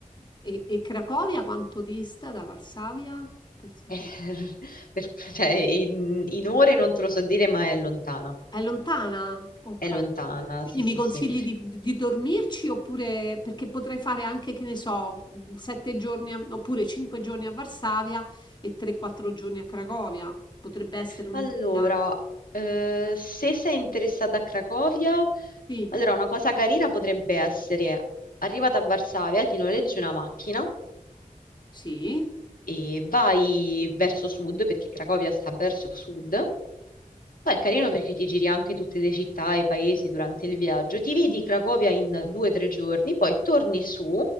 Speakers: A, on the left; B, on the left.
A: e- e Cracovia quanto dista da Varsavia? Per sapere.
B: Eh, <laughs> per- cioè, in, in ore non te lo so dire, ma è lontana.
A: È lontana? Ok.
B: È lontana,
A: Quindi
B: sì, sì,
A: mi consigli
B: sì.
A: di, di dormirci oppure perché potrei fare anche, che ne so, mh, sette giorni a- oppure cinque giorni a Varsavia e 3-4 giorni a Cracovia. Potrebbe essere un'idea.
B: Allora, eh, se sei interessata a Cracovia,
A: Sì,
B: allora una cosa carina potrebbe essere, arrivata a Varsavia, ti noleggi una macchina
A: sì.
B: e vai verso sud, perché Cracovia sta verso sud. Poi è carino perché ti giri anche tutte le città e i paesi durante il viaggio. Ti vedi Cracovia in due o tre giorni, poi torni su,